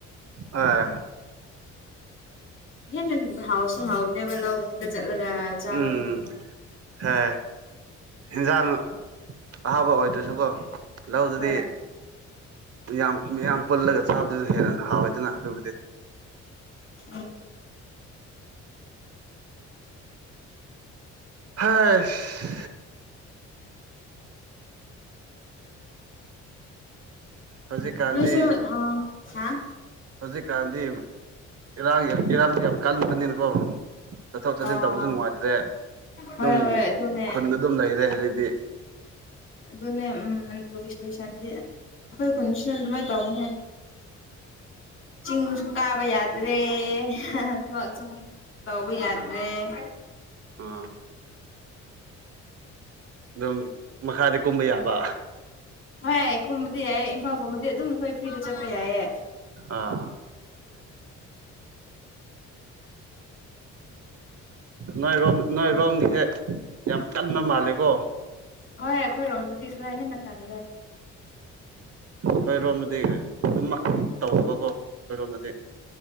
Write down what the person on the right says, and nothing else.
ꯑ
ꯎꯝ
ꯍꯦ ꯏꯟꯖꯥꯡ ꯑꯍꯥꯕ ꯑꯣꯏꯗ꯭ꯔꯁꯨꯀꯣ ꯂꯧꯗꯨꯗꯤ
ꯌꯥꯝ ꯌꯥꯝ ꯄꯨꯜꯂꯒ ꯆꯥꯕꯗꯨꯅ ꯍꯦꯟꯅ ꯍꯥꯎꯋꯦꯗꯅ ꯑꯗꯨꯕꯨꯗꯤ
ꯍꯁ ꯍꯧꯖꯤꯛꯀꯥꯟꯗꯤ
ꯍꯧꯖꯤꯛꯀꯥꯟꯗꯤ ꯏꯔꯥꯡ ꯏꯔꯥꯡꯁꯨ ꯌꯥꯝ ꯀꯟꯕꯅꯤꯅꯀꯣ ꯆꯠꯊꯣꯛ ꯆꯠꯁꯤꯟ
ꯇꯧꯕꯁꯨ ꯅꯨꯡꯉꯥꯏꯇ꯭ꯔꯦ
ꯑꯗꯨꯝ
ꯈꯨꯟꯗ ꯑꯗꯨꯝ ꯂꯩꯔꯦ ꯍꯧꯖꯤꯛꯇꯗꯤ
ꯑꯥ ꯑꯗꯨꯝ ꯃꯈꯥꯗꯤ ꯀꯨꯝꯕ ꯌꯥꯕ
ꯑꯥ
ꯅꯣꯏꯔꯣꯝ ꯅꯣꯏꯔꯣꯝꯒꯤꯁꯦ ꯌꯥꯝ ꯀꯟꯅ ꯃꯥꯜꯂꯀꯣ
ꯑꯩꯈꯣꯏꯔꯣꯝꯅꯗꯤ ꯑꯗꯨꯝꯃꯛ ꯇꯧꯒꯀꯣ ꯑꯩꯈꯣꯏꯔꯣꯝꯅꯗꯤ